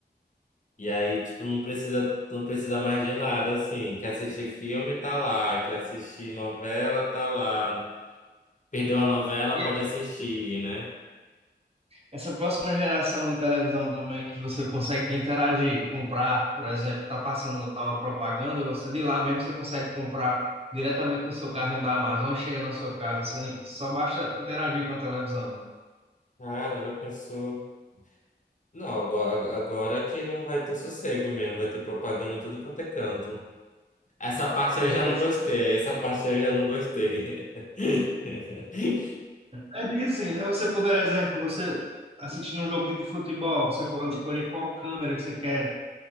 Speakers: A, on the left; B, on the right.
A: E aí, tipo, não precisa, não precisa mais de nada, assim. Quer assistir filme, tá lá. Quer assistir novela, tá lá. Perdeu a novela,
B: E
A: pode assistir, né?
B: essa próxima geração de televisão também, que você consegue interagir, comprar, por exemplo, está passando lá uma propaganda, você de lá mesmo você consegue comprar diretamente no seu carrinho da Amazon e chega na sua casa, você nem- só basta interagir com a televisão.
A: Cara, já pensou? Não, agora, agora que não vai ter sossego mesmo, vai ter propaganda em tudo quanto é canto. Essa parte
B: <laughs>
A: aí eu já não gostei, essa parte aí eu já não gostei. <laughs>
B: É, é bem assim, né? Você, por exemplo, você assistindo um jogo de futebol, você pode escolher qual câmera que você quer,